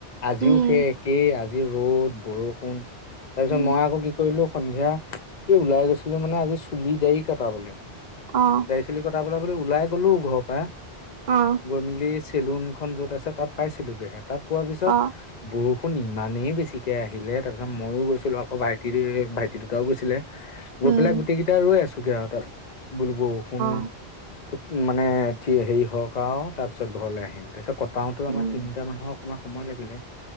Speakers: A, on the left; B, on the right.
A: আজিও
B: উম
A: সে একে আজ জি ৰ'দ বৰষুণ তাৰ পিছত
B: উম
A: মই আকৌ কি কৰিলো সন্ধিয়া এই ওলাই গৈছিলো মানে আজি চুলি ডায়ি কটাবলে
B: অ
A: দাড়ি চুলি কট পা পতা বুলি ওলাই গ'লো ঘৰৰ পৰা
B: অ
A: গৈ মেলি চে চেলুনখন য'ত আছে তাত পাইছিলো গেহে তাত পোৱা পিছত
B: অ
A: বৰষ শুনি মানুহে বেছিকে আহিলে, তাৰ পিছত মই ও গৈছিলো আকৌ ভাইটিৰে ভাইটি দুটাও গৈছিলে। গৈ
B: উম
A: পেলাই গোটেই কেইটা ৰৈ আছোগে আৰু তাত বোলো বৰষুণ
B: অ
A: টোত মানে থি সেই হওক আও তাৰ পিছত ঘৰলে আহিম। তাছত কটাওতো
B: উম
A: আমাক তিনিটা মানুহক অকমান সময় লাগিলে